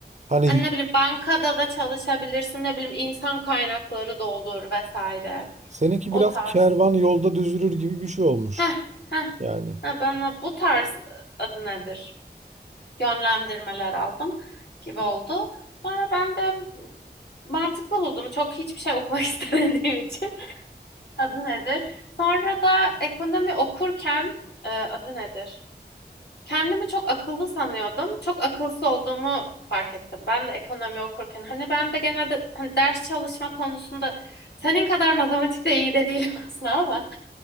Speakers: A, on the right (about 40°); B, on the left (about 70°).
A: Hani
B: hani ne bileyim bankada da çalışabilirsin ne bileyim insan kaynakları da olur vesaire.
A: seninki
B: O
A: biraz
B: tarz.
A: kervan yolda düzülür gibi bir şey olmuş.
B: Heh, heh,
A: Yani
B: ha, bana bu tarz adı nedir? Yönlendirmeler aldım gibi oldu. Sonra ben de mantıklı buldum. Çok hiçbir şey okumak <laughs> istemediğim için. Adı nedir? Sonra da ekonomi okurken e, adı nedir? Kendimi çok akıllı sanıyordum. Çok akılsız olduğumu fark ettim. Ben de ekonomi okurken. Hani ben de genelde hani ders çalışma konusunda senin kadar matematikte iyi değilim <laughs> aslında ama